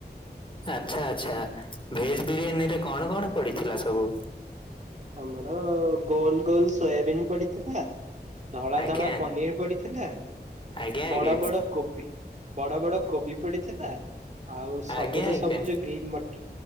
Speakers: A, on the left (about 30°); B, on the right (about 45°).
A: ଆଚ୍ଛା ଆଚ୍ଛା ଭେଜ୍ ବିରିୟାନୀରେ କଣ କଣ ପଡିଥିଲା ସବୁ?
B: ଆମର ଗୋଲ ଗୋଲ ସୋୟାବିନ୍ ପଡିଥିଲା। ଧଳା
A: ଆଜ୍ଞା
B: ଧଳା ପନିର ପଡିଥିଲା।
A: ଆଜ୍ଞା ଆଜ୍ଞା
B: ବଡ ବଡ କୋବି ବଡ ବଡ କୋବି ପଡିଥିଲା। ଆଉ ସବୁଜ
A: ଆଜ୍ଞା ଆଜ୍ଞା।
B: ସବୁଜ ଗ୍ରୀନ୍ ମଟର